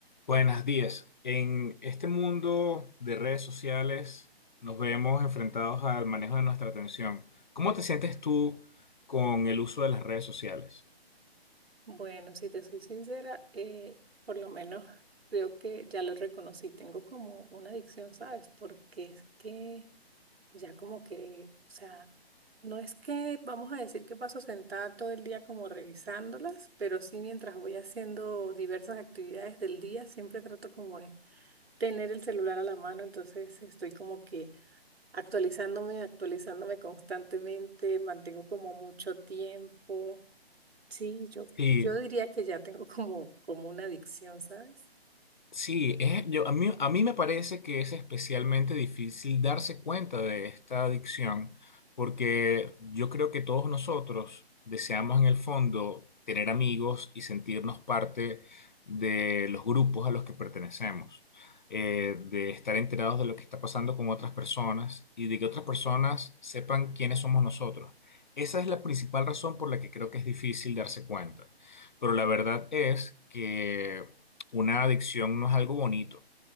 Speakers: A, on the left; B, on the right.
A: Buenas días. En este mundo de redes sociales nos vemos enfrentados al manejo de nuestra atención. ¿Cómo te sientes tú con el uso de las redes sociales?
B: Bueno, si te soy sincera, eh, por lo menos <laughs> creo que ya lo reconocí, tengo como una adicción, ¿sabes? Porque es que ya como que, o sea, no es que vamos a decir que paso sentada todo el día como revisándolas, pero sí mientras voy haciendo diversas actividades del día, siempre trato como de tener el celular a la mano, entonces estoy como que actualizándome, actualizándome constantemente, mantengo como mucho tiempo. Sí, yo,
A: Y
B: yo diría que ya tengo <laughs> como, como una adicción, ¿sabes?
A: Sí, es, yo, a mí, a mí me parece que es especialmente difícil darse cuenta de esta adicción, porque yo creo que todos nosotros deseamos en el fondo tener amigos y sentirnos parte de los grupos a los que pertenecemos, eh, de estar enterados de lo que está pasando con otras personas y de que otras personas sepan quiénes somos nosotros. Esa es la principal razón por la que creo que es difícil darse cuenta. Pero la verdad es que una adicción no es algo bonito,